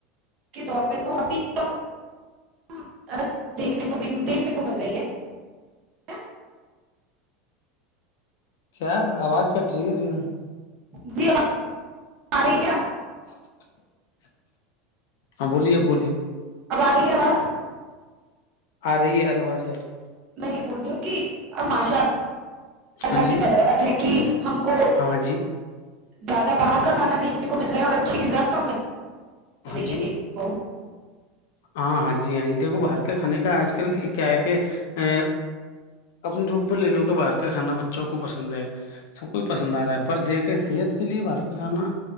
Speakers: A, on the right; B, on the left.
A: کے دور پہ تو کافی ک دیکھنے کو بھی دیکھنے کو مل رہی ہے
B: کیا آواز کٹ رہی ہے ریم
A: جی آ رہ کیاا
B: ج ہاں بولیے اب بولیے
A: اب آ رہی ہے آواز
B: آ رہے ہی ارے واز آ رہی
A: میں یہ بول رہی ہوں کہ اب ماشاء اللہ
B: رہی
A: کی
B: ہے
A: بدولت ہے کہ ہم کو
B: ہاں جی ہاں جی
A: زیادہ باہر کا کھانا دیکھنے کو مل رہا ہے اور اچھی غذا کم مل ہے
B: ہاں
A: چ رہی
B: جی
A: ہے دیکھ ہو
B: ہاں ہاں جی ہاں جی دیکھو باہر کے کھانے کا آج کل کیا ہے کہ ا اپنے روپ میں لے لو کہ باہر کا کھانا بچوں کو پسند ہے سب کوئی پسند آ رہا ہے پر ج کہ صحت کے لیے باہر کا کھانا